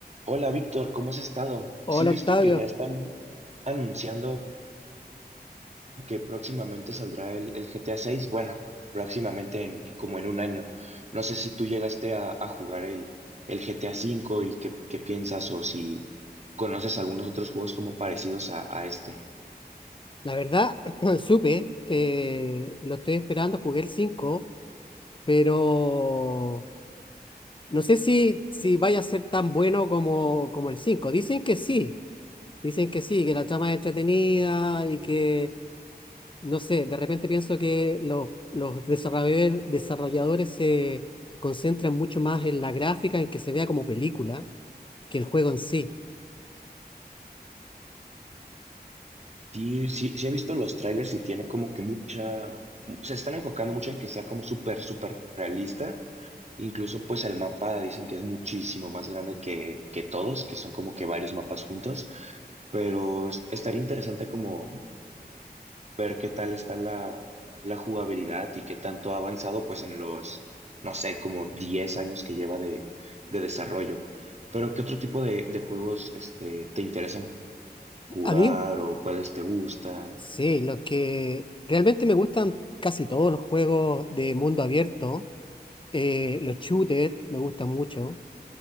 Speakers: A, on the right; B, on the left.
A: Hola Víctor, ¿cómo has estado?
B: Hola
A: ¿Sí viste
B: Octavio,
A: que ya están anunciando que próximamente saldrá el, el GTA seis, Bueno, próximamente en, como en un año. No sé si tú llegaste a, a jugar el, el GTA cinco y qué, qué piensas o si conoces algunos otros juegos como parecidos a, a este.
B: la verdad <clears throat> supe, eh, lo estoy esperando, jugué el 5, pero no sé si, si vaya a ser tan bueno como, como el 5. Dicen que sí, dicen que sí, que la trama es entretenida y que, no sé, de repente pienso que los, los desarrolladores, desarrolladores se concentran mucho más en la gráfica, en que se vea como película, que el juego en sí.
A: Sí, sí, sí he visto los trailers y tiene como que mucha, se están enfocando mucho en que sea como súper, súper realista. Incluso pues el mapa dicen que es muchísimo más grande que, que todos, que son como que varios mapas juntos, pero es- estaría interesante como ver qué tal está la, la jugabilidad y qué tanto ha avanzado pues en los, no sé, como 10 años que lleva de, de desarrollo. Pero ¿qué otro tipo de, de juegos este, te interesan jugar
B: A mí
A: o cuáles te gustan?
B: Sí, lo que realmente me gustan casi todos los juegos de mundo abierto. eh, los shooters me gustan mucho.